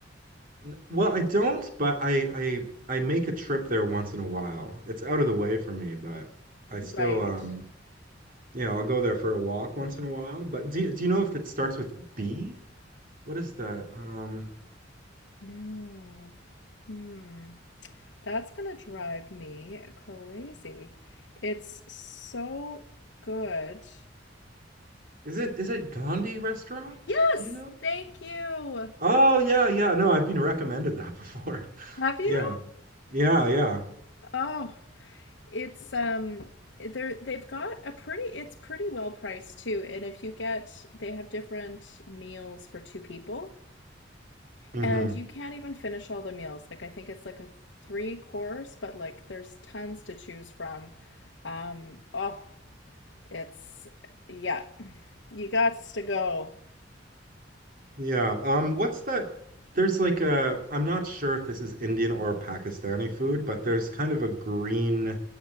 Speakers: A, on the right; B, on the left.
A: N- Well, I don't, but I I I make a trip there once in a while. It's out of the way for me, but I
B: Right.
A: still um yeah, I'll go there for a walk once in a while. But do you- do you know if it starts with B? What is that? Um
B: No. Hmm. That's gonna drive me crazy. It's so good.
A: Is it is it Gandhi Restaurant?
B: Yes,
A: Do you know?
B: thank you.
A: Oh yeah, yeah. No, I've been recommended that before. <laughs>
B: Have you?
A: Yeah. Yeah, yeah.
B: Oh, it's um they're they've got a pretty it's pretty well priced too. And if you get they have different meals for two people.
A: hmm
B: And you can't even finish all the meals. Like I think it's like a three course, but like there's tons to choose from. Um oh, it's yeah. You got to go.
A: Yeah. Um, what's that? There's like a, I'm not sure if this is Indian or Pakistani food, but there's kind of a green